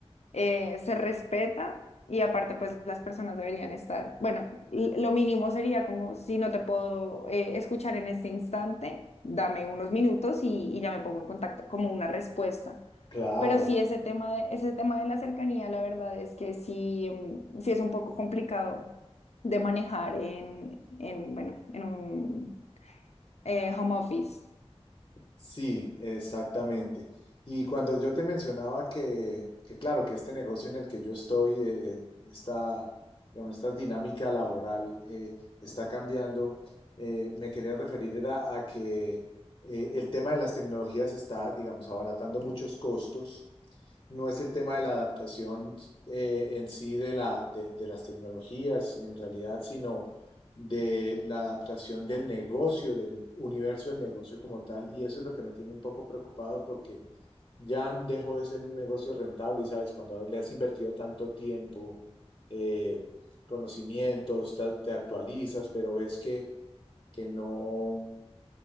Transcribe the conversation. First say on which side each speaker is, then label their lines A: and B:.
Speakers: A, on the left (about 80°); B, on the left (about 45°).
A: eh, se respeta y aparte pues las personas deberían estar, bueno, l- lo mínimo sería como si no te puedo eh, escuchar en este instante, dame unos minutos y, y ya me pongo en contacto como una respuesta.
B: Claro.
A: Pero sí, ese tema de, ese tema de la cercanía, la verdad es que sí, mm, sí es un poco complicado de manejar en, en bueno, en un eh, home office.
B: Sí, exactamente. Y cuando yo te mencionaba que, que claro, que este negocio en el que yo estoy, eh, esta, digamos, esta dinámica laboral eh, está cambiando, eh, me quería referir era a que eh, el tema de las tecnologías está, digamos, abaratando muchos costos no es el tema de la adaptación eh, en sí de la, de, de las tecnologías, en realidad, sino de la adaptación del negocio, del universo del negocio como tal. Y eso es lo que me tiene un poco preocupado porque ya dejó de ser un negocio rentable, y sabes, cuando le has invertido tanto tiempo, eh, conocimientos, ta- te, actualizas, pero ves que, que no